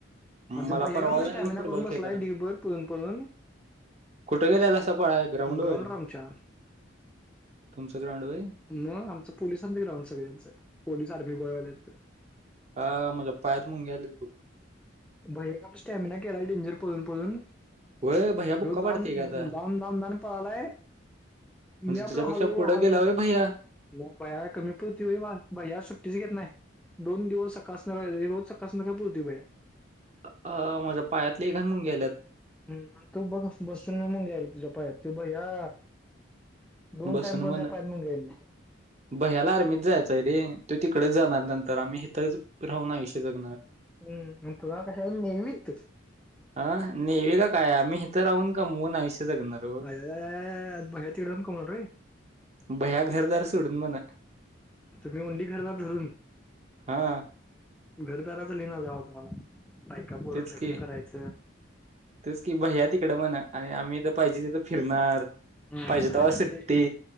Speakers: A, in the centre; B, on the right (about 35°).
A: आणि तो
B: मला
A: भैया
B: परवाला
A: का आपला स्टॅमिना
B: फुटबॉल
A: करून बसलाय
B: खेळताना
A: डिबर पळून पळून
B: कुठे गेलेलासा पळायला ग्राउंड वर.
A: ग्राउंडवर आमच्या
B: तुमच ग्राउंड व्हय.
A: म आमच पोलिसांच ग्राउंड सगळ्यांच. पोलीस आर्मी गोळ्यावाल्यांच.
B: हा माझ्या पायात मुंग्या आल्यात बघ.
A: भाई एक आपण स्टॅमिना केला आहे डेंजर पळुन पळुन.
B: व्हय भैया बुक्का
A: रोज
B: पाडतोय
A: धावुन
B: काय आता
A: धावून धावून पळालोय.
B: म्हणजे
A: मी आपला
B: तुझ्यापेक्षा
A: हळु
B: पुढं
A: हळु
B: गेला व्हय भैया
A: मग भैयाला कमी पुरती व्हम बा भैया सुट्टीच घेत नाही. दोन दिवस सकाळ संध्याकाळ रोज सकाळ संध्याकाळ पळतो भैय्या.
B: अ माझ्या पायात लयी घाण मूंग्या आल्यात.
A: हम्म आणि तू बघत बसून म मुंग्या यायल्या तुझ्या पायात. तो भैया दोन
B: बसून
A: टाइम पण
B: म्हण
A: त्या पायात मुंग्या यायला नाहीत.
B: भैय्याला आर्मीत जायचय रे. तो तिकडे जाणार नंतर आम्ही इथच राहुन आयुष्य जगणार.
A: हम्म म तुला कशाला नेवित तु
B: अ नेवि का काय, आम्ही इथ राहून कमवुन आयुष्य जगणार. ओ
A: पहिल्या तिकडन कोण रे.
B: भैय्या घरदार सोडून म्हण
A: तुम्ही ओंली घरदार धरून,
B: हा
A: घरदराचा लिणार द्यावा तुम्हाला. बायकापोर,
B: तेच
A: लग्न
B: की
A: करायच.
B: तेच की भैय्या तिकड म्हणा. आणि आम्ही इथ पाहिजे तिथ फिरणार.
A: हम्म
B: पाहिजे
A: काही
B: तेव्हा
A: नसते.
B: सुट्टी